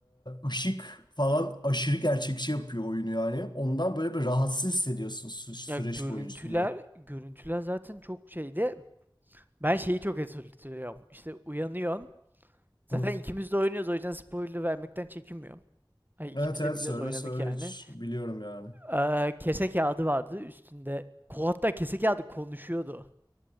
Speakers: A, on the left; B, on the right.
A: ışık falan aşırı gerçekçi yapıyor oyunu yani. Ondan böyle bir rahatsız hissediyorsun sü- süreç
B: Ya görüntüler,
A: boyunca.
B: görüntüler zaten çok şeydi. Ben şeyi çok hatırlıyorum. İşte uyanıyorsun. Zaten
A: Hı.
B: ikimiz de oynuyoruz o yüzden spoiler vermekten çekinmiyorum. Ay
A: Evet
B: ikimiz
A: evet
B: de biliyoruz
A: söyle
B: oynadık
A: söyle
B: yani.
A: hiç biliyorum yani.
B: Ee, kese kağıdı vardı üstünde. Ko hatta kese kağıdı konuşuyordu.